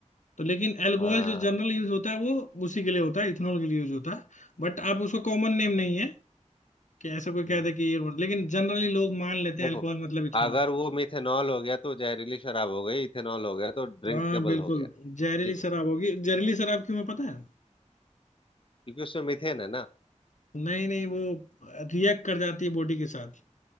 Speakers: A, on the left (about 75°); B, on the left (about 45°).
A: तो लेकिन अल्कोहल
B: हाँ
A: जो जनरल यूज होता है वो उसी के लिए होता है इथेनॉल के लिए यूज होता है बट आप उसको कॉमन नेम
B: हाँ,
A: नहीं है कि ऐसा कोई कहता
B: हम्म।
A: है कि ये मतलब, लेकिन जनरली लोग मान लेते
B: देखो
A: हैं अल्कोहल मतलब इथेनॉल
B: अगर वो मिथेनॉल हो गया तो जहरीली शराब हो गई इथेनॉल हो गया तो ड्रिंकेबल
A: हाँ बिल्कुल
B: हो गया
A: जहरीली
B: ठीक
A: शराब
B: है
A: होगी जहरीली शराब क्यों है पता है
B: क्योंकि उसमें मिथेन है ना
A: नहीं नहीं वो रिएक्ट कर जाती है बॉडी के साथ